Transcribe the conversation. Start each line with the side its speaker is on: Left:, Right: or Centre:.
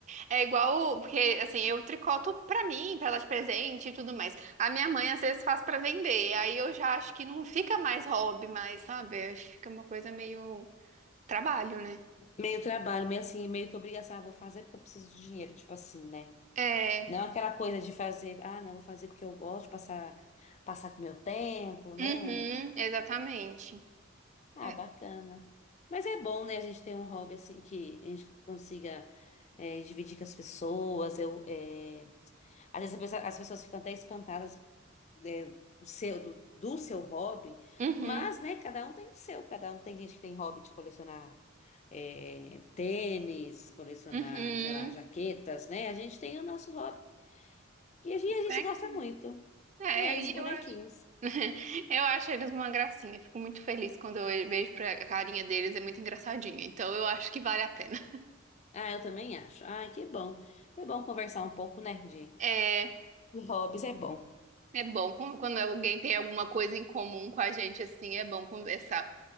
Right: é igual, porque assim, eu tricoto pra mim, pra dar de presente e tudo mais. A minha mãe às vezes faz pra vender, aí eu já acho que não fica mais hobby mais, sabe? Acho que fica uma coisa meio trabalho, né?
Left: Meio trabalho, meio assim, meio que obrigação, ah, vou fazer porque eu preciso de dinheiro, tipo assim, né?
Right: É,
Left: Não é aquela coisa de fazer, ah, não, vou fazer porque eu gosto de passar, passar aqui meu tempo, né?
Right: uhum, exatamente.
Left: Ah,
Right: É.
Left: bacana. Mas é bom, né, a gente ter um hobby assim que a gente consiga eh, dividir com as pessoas. Eu, eh, às vezes a pessoa- as pessoas ficam até espantadas é, o seu, do, do seu hobby,
Right: Uhum,
Left: mas, né, cada um tem o seu, cada um tem gente que tem hobby de colecionar é, tênis, colecionar,
Right: uhum.
Left: sei lá, jaquetas, né? A gente tem o nosso hobby, que a gente, a gente
Right: Bonequinho.
Left: gosta muito,
Right: É,
Left: né, os
Right: e
Left: bonequinhos.
Right: eu acho. <laughs> Eu acho eles uma gracinha. Fico muito feliz quando eu vejo pra a carinha deles, é muito engraçadinha. Então eu acho que vale a pena. <laughs>
Left: Ah, eu também acho. Ah, que bom. É bom conversar um pouco, né, de
Right: É,
Left: de hobbies, é bom.
Right: é bom quando quando alguém tem alguma coisa em comum com a gente assim, é bom conversar.